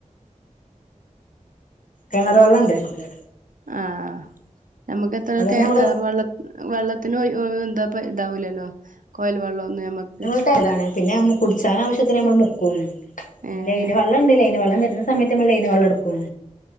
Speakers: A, on the left (about 80°); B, on the right (about 85°).
A: കെണറ് വെള്ളംണ്ട്, നമ്മക്ക്
B: ആഹ് ഞ്ഞമ്മക്ക് എത്രയൊക്കെ
A: അതന്നെ
B: ആയാലും,
A: നമ്മള്
B: കിണർ വെള്ളം വെള്ളത്തിന് എന്താപ്പാ ഇതാവൂലല്ലോ. കൊഴല് വെള്ളം ഒന്നും ഞമ്മക്ക്.
A: ഞങ്ങള്ത് കൊഴലാണ്. പിന്നെ നമ്മള് കുടിച്ചാനാവിശ്യത്തിന് നമ്മള് മുക്കും. പിന്നെ
B: ഏഹ്
A: ലൈന് വെള്ളംണ്ട് ലൈന് വെള്ളം വരുന്ന സമയത്ത് നമ്മള് ലൈന് വെള്ളം എടുക്കും